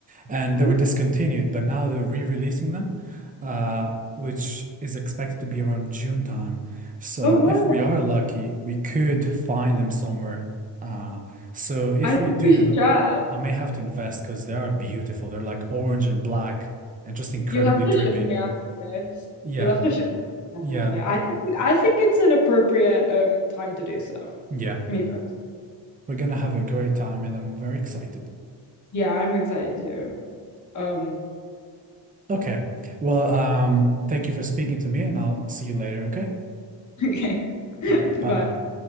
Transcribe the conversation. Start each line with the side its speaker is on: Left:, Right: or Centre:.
Right: and they
Left: Ooh.
Right: were discontinued, but now they're re-releasing them, uh, which is expected to be around June time. So
Left: Oh,
Right: if we
Left: yeah.
Right: are lucky, we could find them somewhere. Uh, so if
Left: I think
Right: we do,
Left: we should try.
Right: I may have to invest because they are beautiful. They're like orange and black and just incredibly
Left: You'll have to
Right: drippy.
Left: show me after this.
Right: Yeah,
Left: You'll have to show me, definitely.
Right: yeah,
Left: I think I think it's an appropriate um time to do so.
Right: yeah.
Left: Me, per-
Right: We're gonna have a great time, and I'm very excited.
Left: yeah, I'm excited too. Um,
Right: Okay. Well, um, thank you for speaking to me, and I'll see you later, okay?
Left: <laughs> okay, <laughs>
Right: Okay,
Left: bye.
Right: bye bye.